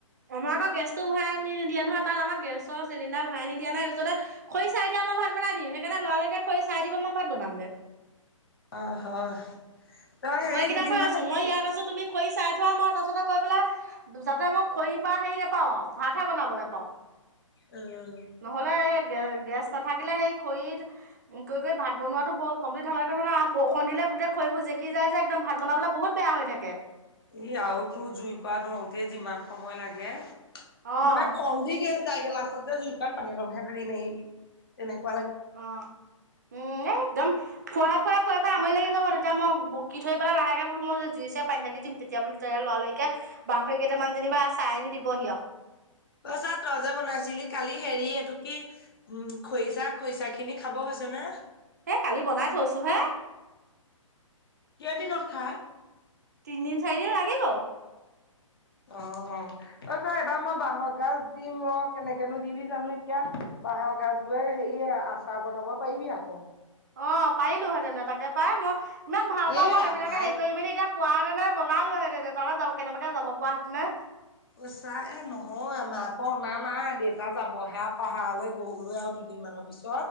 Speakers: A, on the right (about 30°); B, on the left (about 45°).
A: অ গেছটো ভৰাই নিদিয়া নহয় তাত আম গেছৰ চিলিণ্ডাৰ ভৰাই নিদিয়া নাই যজতে খৰি চাই দিয় আমই ভাত বনাই দিম সেই সেইকাৰণে লৰালৰিকে খৰি চাই দিব মই ভাত বনামগে
B: অ হয় তই হেৰি
A: মই এই কেইটা
B: দুদিনমান
A: কৈ আছো
B: থাকিবি
A: মই ইয়াত আছো তুমি খৰি চাই থোৱা মই তাৰ পছতে গৈ পেলাই যাতে মই খৰিৰ পৰা হেৰি নাপাও আৰু ভাতহে বনাবলৈ পাওঁ
B: উম
A: নহ'লে এই গেছ নাথাকিলে সেই খৰিত গৈ গৈ ভাত বনোৱাতো কমপ্লিট বৰষণ দিলে গোটেই খৰিবোৰ জ কি যায় যে একদম ভাত বনাবলৈ বহুত বেয়া হৈ থাকে
B: ই আৰু তোৰ জুই কোৰা ধৰতে যিমান সময় লাগে
A: অ',
B: মানে খং উঠি যাইগে লাষ্টতে জুইক পানী। অলপহে ধালিম সাৰি মাৰি দিম তেনেকে
A: অ উম একদম ফুৱাই ফুৱাই ফুৱাই ফাই আমনি লাগিলে যাব তেতিয়া মই বকি থৈ পেল লাহেকে বো মই যে জুই চছো পানী ধালি দিম তেতিয়া বোলে ত লৰালৰিকে বাহৰিক যেনিবা চাই আনি দিব সি
B: অই যা তই যে বনাইছিলি কালি হেৰি এইটো কি উম খৰিচা খৰিচা খিনি খাব যেনে
A: হেই কালি বনাই থৈছো হে
B: কেইদিনত খায়
A: তিনিদিন চাৰিদিন লাগিব
B: অ অ ত ছ এবাৰ মই বাহৰ গাজ দিম ৰ কেনেকেনো দিবি জানো এতিয়া বাঁহৰ গছ বোৰে হেৰিয় আচাৰ বনাব পাৰিবি আকৌ
A: অ পাৰিলোহেতেনে তাকে পাই মই ইমান ভাল পাওঁ
B: এ
A: মই সেইবিলাকে
B: আমাৰ
A: হেৰি কৰি মেলি এতিয়া পোৱাহেঁতেনে বনালো হিতে তাত যাব কেনেবাকে যাব পোৱা হেতি নে
B: পচা এ নহয় আমাৰ আকৌ অনা নাই দেউতা যাবহে পাহাৰলৈ গৰুলৈ আৰু দু দুদিনমানৰ পিত